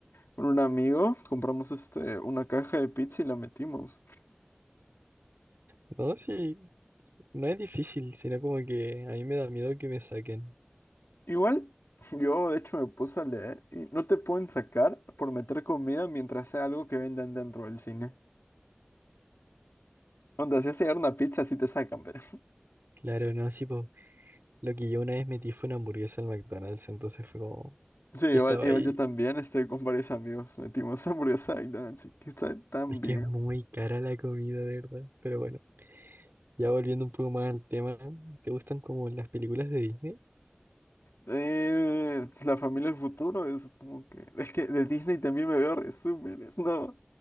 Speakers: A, on the left; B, on the right.
A: con un amigo compramos este, una caja de pizza y la metimos.
B: no, sí, no es difícil, sino como que a mí me da miedo que me saquen.
A: Igual, <laughs> yo de hecho me puse a leer y no te pueden sacar por meter comida mientras sea algo que vendan dentro del cine. Onda, si hace una pizza, sí te sacan, pero. <laughs>
B: Claro, no, sí, pues lo que yo una vez metí fue una hamburguesa al McDonald's, entonces fue como,
A: Sí, igual,
B: yo estaba
A: igual
B: ahí.
A: yo también, este, con varios amigos metimos <laughs> hamburguesa y donuts y que está tan
B: Es que
A: bien.
B: es muy cara la comida, de verdad. Pero bueno, ya volviendo un poco más al tema, ¿te gustan como las películas de Disney?
A: Eh, la familia del futuro, eh, supongo que. Es que de Disney también me veo resúmenes, ¿no?